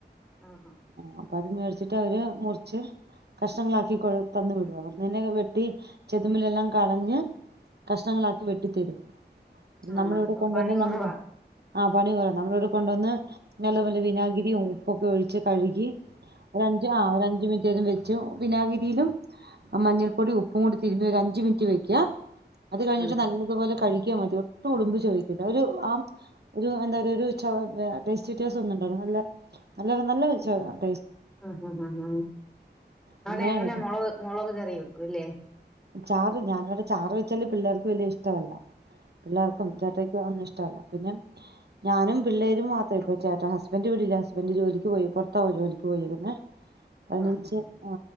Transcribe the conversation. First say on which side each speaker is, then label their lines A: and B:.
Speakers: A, in the centre; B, on the right (about 65°).
A: ആഹാ.
B: ആഹ അത്മേടിച് <unintelligible> മുറിച്ച് കഷ്ണങ്ങളാക്കി <unintelligible> തന്നുവിടുംവെറുതെ ന്നെ വെട്ടി <unintelligible> <unintelligible> കളഞ്ഞ് കഷ്ണങ്ങളാക്കി വെട്ടിത്തരും പിന്നെ
A: ആ
B: നമ്മൾഇവിടെ
A: അപ്പൊ
B: കൊണ്ടുവന്ന്
A: പണി കൊറവാ.
B: നമ്മള് ആ പണി കുറ വനമ്മൾഇവിടെ കൊണ്ടുവന്ന് നല്ലവിനാഗിരിയും ഉപ്പൊക്കെ ഒഴിച്ച് കഴുകി ഒരഞ്ച് ആ ഒരഞ്ച് മിനിറ്റേരം വച്ചു മ വിനാഗിരിയിലും മഞ്ഞൾപ്പൊടി ഉപ്പും കൂടി തിരുമി ഒരു അഞ്ചു മിനിറ്റ് വെക്കുക അത് കഴിഞ്ഞിട്ട്
A: ഉം.
B: നല്ലപോലെ കഴിക്കും മ ഒട്ടും ഉടുമ്പ് ചോദിച്ചില്ല ഒരു ആ ഒരു എന്താ പറയ ഒരു ടെസ്റ്റ് വ്യത്യാസം ഉണ്ടാരുന്നില്ല നല്ല നല്ല നല്ല ഒരുപാചകമാണ്
A: ആ ഹ ഹ ഹ അവനെ
B: പിന്നെ
A: എങ്ങനെ
B: ഇത്
A: മുളക് മുളക് കറി വെക്കൂല്ലേ
B: ചാറ് ഞാനിവിടെ ചാറ് വെച്ചാല് പിള്ളേർക്ക് വലിയ ഇഷ്ടമല്ല പിള്ളേർക്കും ചേട്ടായ്ക്കും ഒന്നും ഇഷ്ടല്ല പിന്നെ ഞാനും പിള്ളേരും മാത്രേ ഇപ്പ ചേട്ട <unintelligible> ഹസ്ബന്റും ഹസ്ബൻറ് ജോലിക്ക് പോയി അപ്പുറത്താ ജോലിക്ക് പോയേക്കുന്നെ പതിനഞ്ച്
A: ആഹാ.
B: ആ